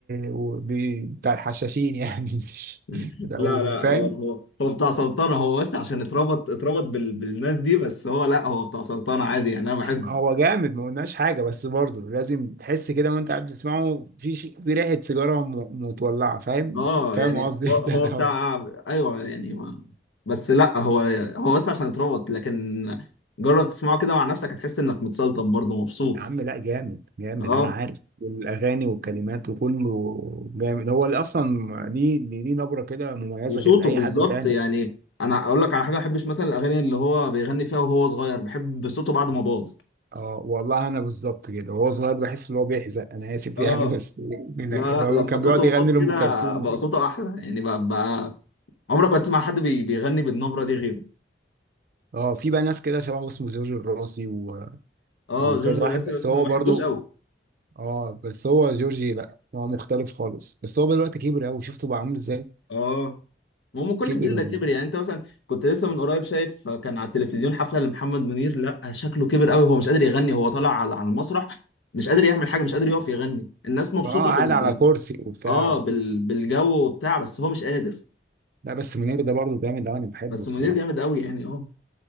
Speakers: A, on the right (about 50°); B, on the left (about 80°).
A: وبي- بتاع الحشاشين يعني <laughs> مش
B: <laughs>
A: لو
B: لا لا
A: فاهم
B: هو هو هو بتاع سلطنه هو بس عشان اتربط اتربط بال... بالناس دي بس هو لا هو بتاع سلطنه عادي يعني انا بحب
A: هو جامد ما قلناش حاجه بس برضه لازم تحس كده وانت قاعد بتسمعه في ش- في ريحه سيجاره م- متولعه فاهم
B: اه
A: فاهم
B: يعني
A: قصدي
B: هو
A: <laughs>
B: هو
A: ده ده
B: بتاع
A: هو
B: ايوه يعني ما بس لا هو هو بس عشان اتربط لكن جرب تسمعه كده مع نفسك هتحس انك متسلطن برضه مبسوط
A: يا عم لا جامد جامد
B: اه
A: انا عارف والاغاني والكلمات وكله جامد هو اللي اصلا ليه ليه ليه نبره كده مميزه
B: وصوته
A: غير اي
B: بالظبط
A: حد تاني
B: يعني انا اقول لك على حاجه ما بحبش مثلا الاغاني اللي هو بيغني فيها وهو صغير بحب صوته بعد ما باظ
A: اه والله انا بالظبط كده وهو صغير بحس ان هو بيحزق انا اسف
B: اه
A: يعني بس من
B: لا
A: أجل-
B: لا
A: يعني هو
B: لما
A: كان
B: صوته
A: بيقعد يغني
B: باظ
A: لام
B: كده
A: كلثوم
B: بقى
A: وكده
B: صوته احلى يعني بقى, بقى عمرك ما تسمع حد بي- بيغني بالنبره دي غيره
A: اه في بقى ناس كده شبهه اسمه جورج الراسي و...
B: اه
A: وكذا
B: جورج الراسي
A: واحد بس
B: بس
A: هو
B: ما بحبوش
A: برضو
B: قوي
A: اه بس هو جورجي لا هو مختلف خالص بس هو دلوقتي كبر قوي شفته بقى عامل ازاي
B: اه ما هم كل
A: كبر
B: الجيل
A: و...
B: ده كبر يعني انت مثلا كنت لسه من قريب شايف كان على التلفزيون حفله لمحمد منير لا شكله كبر قوي هو مش قادر يغني هو طالع على على المسرح مش قادر يعمل حاجه مش قادر يقف يغني الناس مبسوطه
A: اه قاعد
B: بال,
A: على
B: بال...
A: كرسي وبتاع
B: اه
A: و...
B: بال... بالجو وبتاع بس هو مش قادر
A: لا بس منير ده برضو جامد أوي، انا بحبه
B: بس
A: الصراحه
B: منير جامد قوي يعني اه